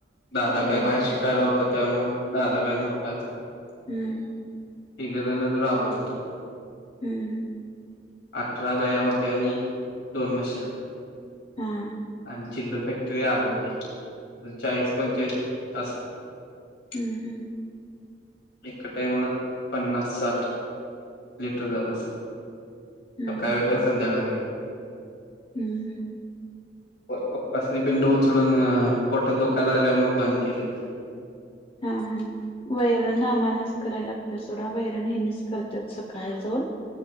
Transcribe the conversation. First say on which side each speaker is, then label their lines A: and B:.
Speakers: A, on the left; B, on the left.
A: दादा
B: हम्म
A: काय बाहेर शिक कायला होता त्यामुळं दादा काय नव्हता.
B: हम्म
A: तिघंजणच राबत होतो.
B: हम्म
A: अठरा गया होत्या आणि दोन म्हशा.
B: हा
A: आणि चिल्ल फॅक्टरी आठ होती तर चाळीस पंचाळीस तास
B: हम्म हम्म
A: एका टाईमला पन्नास साठ लिटर जात अस
B: हम्म
A: सकाळं वेगळ संध्याकाळ वेगळ
B: हम्म हम्म
A: <unintelligible> पप्पापासनी बिंड उचलून पोटात दुखाय लागलावर मग बंद केलं की.
B: हा हा व्हंय आम्हालाचं करायला लागतीया सोडा वैरण ह्यांनीच करतात सकाळ जाऊन.